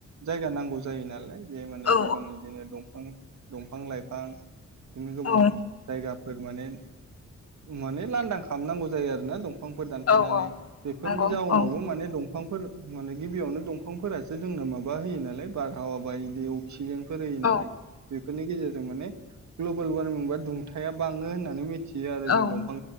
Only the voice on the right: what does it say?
जायगा नांगौ जायो नालाय बे माने
गोबां बिदिनो दंफां दंफां लाइफां बिदिनो गोबां
जायगा फोर माने माने लांदां खालामनांगौ जायो आरोना दं बिफांफोर दानफायनानै
बेफोरनि
जाउनावबो
माने दंफां दंफांफोर माने गिबियावनो दंफांफोरासो जोंनो माबा होयो नालाय बारहावा बायदि अक्सिजेन फोर होयो नालाय
बेफोरनि गेजेरजों माने ग्लबेल वार्मिं बा दुंथाया बाङो होननानै मिथि थियो आरो
जों दंफां